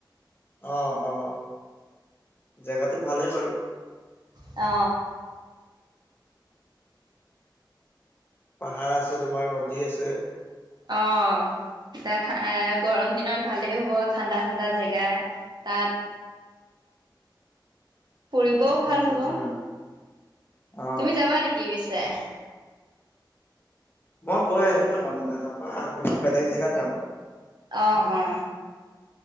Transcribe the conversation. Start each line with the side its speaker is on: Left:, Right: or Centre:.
Left: অ, অ, জেগাটো ভালেই বাৰু।
Right: অ।
Left: পাহাৰ আছে তোমাৰ নদী আছে।
Right: অ এতিয়া গৰম দিনত ভালেই হ'ব ঠাণ্ডা ঠাণ্ডা। জেগা তাত ফুৰিবও ভাল
Left: উম,
Right: হব
Left: উম, অ'।
Right: তুমি যাবা নেকি <unintelligible>
Left: মই গৈ আহিলো মাজতে তাৰ পা ইবাৰ বেলেগ জেগাত যাম।
Right: অ, অ।